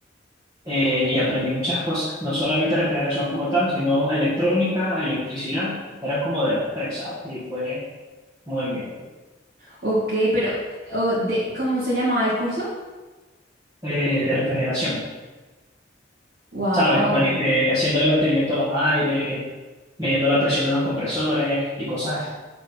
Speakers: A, on the right; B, on the right.
A: eh, y aprendí muchas cosas, no solamente refrigeración como tal, sino electrónica, electricidad, eran como de las tres, ¿sabes? Y fue muy bien.
B: Ok, pero o de, ¿cómo se llamaba el curso?
A: Eh, de refrigeración,
B: Wow,
A: ¿sabes? Mani- eh, haciéndole mantenimiento a los aires, midiendo la presión de los compresores y cosas